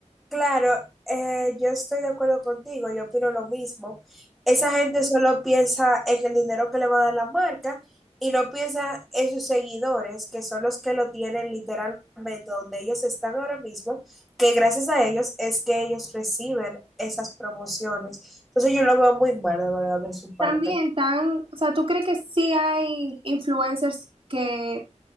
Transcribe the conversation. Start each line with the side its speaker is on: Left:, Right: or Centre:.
Centre: Claro, eh, yo estoy de acuerdo contigo, yo opino lo mismo. Esa gente solo piensa en el dinero que le va a dar la marca y no piensa en sus seguidores, que son los que lo tienen literalmente donde ellos están ahora mismo, que gracias a ellos es que ellos reciben esas promociones. Entonces yo lo veo muy mal, de verdad, de su parte.
Right: También tan, o sea, ¿tú crees que sí hay influencers que